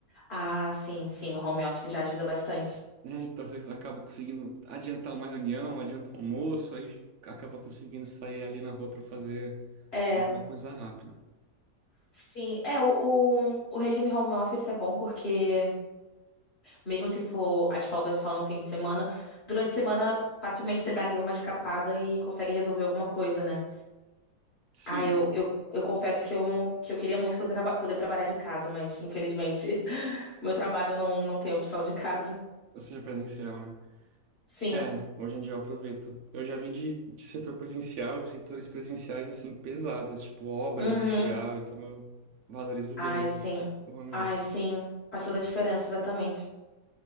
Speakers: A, on the left; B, on the right.
A: Ah, sim, sim. O home office já ajuda bastante.
B: Então, às vezes, acabo conseguindo adiantar uma reunião, adiantar o almoço, aí acaba conseguindo sair ali na rua para fazer
A: É,
B: alguma coisa rápida.
A: sim. É, o, o, o regime home office é bom porque, mesmo se for as folgas só no fim de semana, durante a semana, facilmente você dá ali uma escapada e consegue resolver alguma coisa, né?
B: Sim,
A: Ah, eu, eu, eu confesso que eu, que eu queria muito poder, traba- poder trabalhar de casa, mas, infelizmente, <laughs> meu trabalho não, não tem opção de casa.
B: ou seja, presencial, né?
A: Sim.
B: É, hoje em dia eu aproveito. Eu já vim de, de setor presencial, setores presenciais assim pesados, tipo obra
A: Uhum.
B: industrial, então eu valorizo
A: Ai,
B: bem
A: sim.
B: o home
A: Ai,
B: office.
A: sim. Faz toda a diferença, exatamente.